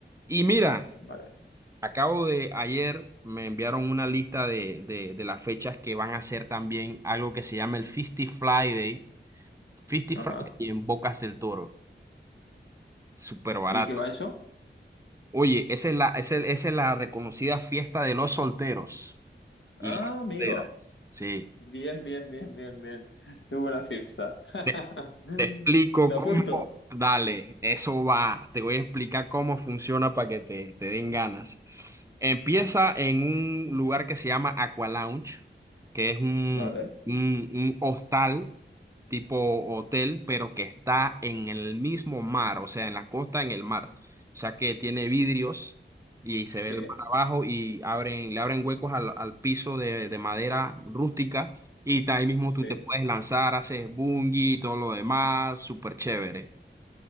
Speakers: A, on the right; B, on the left.
A: Y mira,
B: vale.
A: acabo de ayer me enviaron una lista de, de, de las fechas que van a hacer también algo que se llama el 50 Friday Fifty
B: Ajá.
A: Friday y en Bocas del Toro. Súper barato.
B: ¿Y qué va eso?
A: Oye, esa es la, esa es, esa es la reconocida fiesta de los solteros y
B: Ah,
A: las
B: amigo.
A: solteras. Sí.
B: Bien, bien, bien, bien, bien. Qué buena fiesta. <laughs>
A: Te, te explico
B: Me
A: cómo.
B: apunto.
A: Dale, eso va. Te voy a explicar cómo funciona para que te, te den ganas. Empieza en un lugar que se llama Aqua Lounge, que es un,
B: Vale.
A: un, un hostal tipo hotel, pero que está en el mismo mar, o sea, en la costa, en el mar. O sea, que tiene vidrios y se
B: Sí,
A: ve el mar abajo y abren, le abren huecos al, al piso de, de madera rústica y ta- ahí mismo
B: sí.
A: tú te puedes lanzar, haces bungee y todo lo demás, súper chévere.